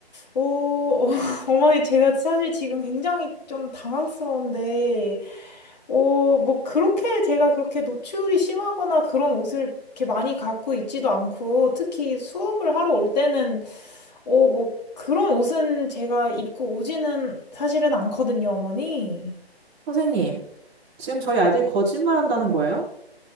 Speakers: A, on the left; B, in the centre.
A: 오, <laughs> 어머니, 제가 사실 지금 굉장히 좀 당황스러운데, 오, 뭐, 그렇게 제가 그렇게 노출이 심하거나 그런 옷을 이렇게 많이 갖고 있지도 않고, 특히 수업을 하러 올 때는, 오, 뭐, 그런 옷은 제가 입고 오지는 사실은 않거든요, 어머니.
B: 선생님, 지금 저희 아들 거짓말한다는 거예요?